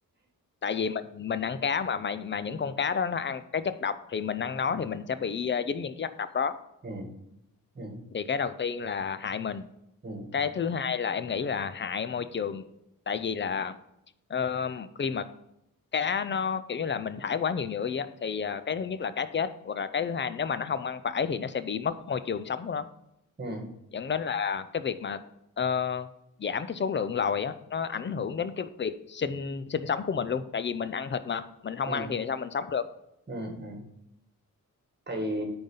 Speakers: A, on the left; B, on the right.
A: tại vì mình mình ăn cá mà mà mà những con cá đó nó ăn cái chất độc thì mình ăn nó
B: ừ.
A: thì mình sẽ bị ờ, dính những cái chất độc đó
B: Ừ. Ừ.
A: thì cái đầu tiên là hại mình
B: Ừ.
A: cái thứ hai là em nghĩ là hại môi trường tại vì là ờ, khi mà cá nó kiểu như là mình thải quá nhiều nhựa vậy á thì ờ, cái thứ nhất là cá chết hoặc là cái thứ hai nếu mà nó không ăn phải thì nó sẽ bị mất môi trường sống của nó
B: Ừ.
A: dẫn đến là cái việc mà ờ, giảm cái số lượng lòi á nó ảnh hưởng đến cái việc sinh sinh sống của mình luôn tại vì mình ăn thịt mà mình không
B: Ừ.
A: ăn thì sao mình sống được
B: Ừ. Ừ. thì